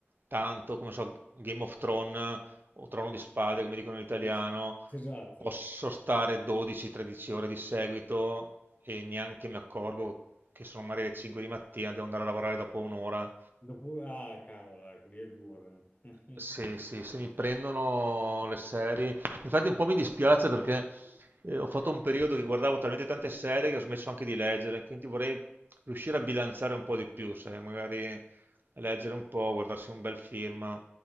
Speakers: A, on the right; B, on the left.
A: tanto, come so, Game of Thrones o Trono di Spade, come dicono in italiano,
B: Sì, sì. <laughs> Esatto.
A: posso stare 12-13 ore di seguito e neanche mi accorgo che sono magari le 5 di mattina, devo andare a lavorare dopo un'ora.
B: Dopo, ah, cavolo, ecco, lì è duro. <laughs>
A: Sì, sì, se mi prendono le serie. Infatti un po' mi dispiace perché eh, ho fatto un periodo che guardavo talmente tante serie che ho smesso anche di leggere, quindi vorrei riuscire a bilanciare un po' di più, sai, magari leggere un po', guardarsi un bel film,